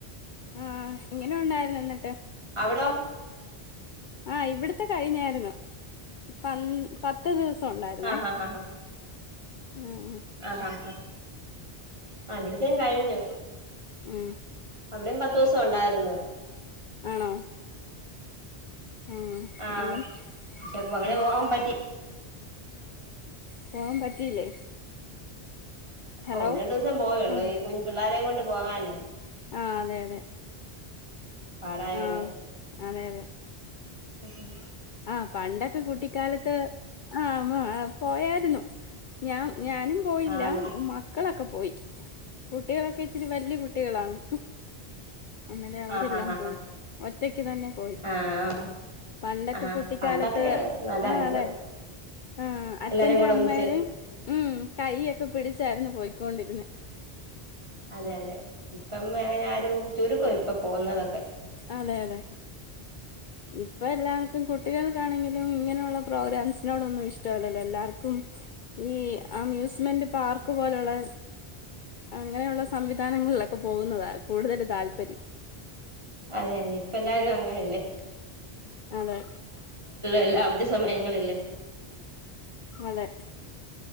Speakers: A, on the left; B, on the right.
A: ആഹ് എങ്ങനെ ഉണ്ടായിരുന്നു എന്നിട്ട്
B: അവിടെ
A: ആഹ് ഇവിട്ത്തെ കഴിഞ്ഞാര്ന്നു പ പത്ത് ദിവസം ഒണ്ടായിര്ന്നേ
B: ആഹ് ആഹ് ആഹ് ആഹ്
A: ആഹ്
B: ആഹ് ഇവ്ട്ത്തേം കഴിഞ്ഞു
A: ഉം
B: ആഹ് ഇവ്ടിം പത്തൂസം ഒണ്ടായിരുന്നു
A: ആണോ? ആഹ്
B: ആഹ്
A: എങ്ങനെ
B: പക്ഷെപ്പോ അങ്ങനെ
A: ആഹ്
B: പോവാൻ പറ്റി
A: പോവാൻ പറ്റിയില്ലേ ഹലോ
B: ഒന്ന് രണ്ടൂസം പോയൊള്ളൂ
A: ആഹ്
B: ഈ കുഞ് പിള്ളോരേം കൊണ്ട് പോകാനേ
A: ആഹ് അതെ അതെ
B: പാടായോണ്ട്
A: ആഹ് അതെ അതെ
B: ഉം
A: ആഹ് പണ്ടൊക്കെ കുട്ടിക്കാലത്ത് ആഹ് പോയായിര്ന്നു ഞാൻ ഞാനും പോയില്ലാ
B: ആഹ്
A: മക്കളൊക്കെ പോയി കുട്യോളൊക്കെ ഇച്ചിരി വല്യാ കുട്യാളാണ് ഇന്നലെ അവരെല്ലാം
B: ആഹ് ആഹ് ആഹ്
A: പോയി ഒറ്റക്ക് തന്നെ പോയി
B: ആഹ്
A: പണ്ട
B: ആഹ്
A: കുട്ടിക്കാലത്ത്
B: പണ്ടൊക്കെ നല്ലായിരുന്നു
A: ആഹ് അതെ ആഹ് അച്ഛന്റേം
B: എല്ലാരും കൂടെ
A: അമ്മേടേം
B: ഒന്നിച്ച്
A: ഉം കയ്യൊക്കെ പിടിച്ചായിര്ന്നു പോയിക്കോണ്ടിരുന്നെ
B: അതെ അതെ ഇപ്പം അങ്ങനെ ആരും ചുരുക്കാ ഇപ്പൊ പോകുന്നതൊക്കെ
A: അതെ അതെ ഇപ്പൊ എല്ലാവർക്കും കുട്ടികൾക്കാണെങ്കിലും ഇങ്ങനൊള്ള പ്രോഗ്രാംസിനോടൊന്നും ഇഷ്ടല്ലല്ലോ എല്ലാർക്കും ഈ അമ്യൂസ്മെന്റ് പാർക്ക് പോലള്ളെ അങ്ങനെള്ള സംവിധാനങ്ങളിലൊക്കെ പോകുന്നതാ കൂട്തല് താല്പര്യം
B: അതെ അതെ ഇപ്പം എല്ലാരും അങ്ങനെല്ലേ
A: അതെ
B: എല്ലാ അവധി സമയങ്ങളില്ലേ
A: അതെ